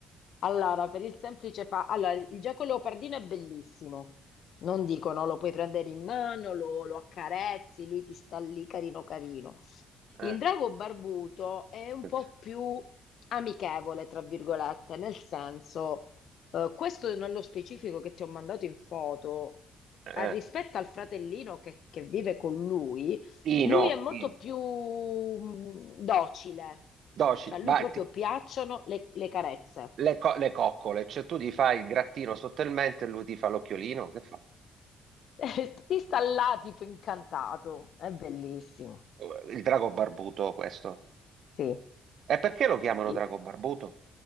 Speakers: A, on the left (about 60°); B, on the right (about 60°).
A: Allora, per il semplice fa... Allora, il gecko leopardino è bellissimo. Non dico, no, lo puoi prendere in mano, lo, lo accarezzi, lui ti sta lì carino carino.
B: Eh.
A: Il drago barbuto è un
B: Eh,
A: po' più amichevole, tra virgolette, nel senso, eh, questo nello specifico che ti ho mandato in foto,
B: eh.
A: eh, rispetto al fratellino che, che vive con lui,
B: Pino,
A: lui è molto
B: Pino.
A: più mm, docile,
B: docile,
A: cioè a
B: ma
A: lui proprio
B: ti-
A: piacciono le le carezze.
B: le, co- le coccole, cioè tu gli fai il grattino sottotalmente e lui ti fa l'occhiolino, che fa?
A: <laughs> Eh, Ti sta là tipo incantato, è bellissimo,
B: Eh, Il drago barbuto questo.
A: sì.
B: E perché lo chiamano
A: E-
B: drago barbuto?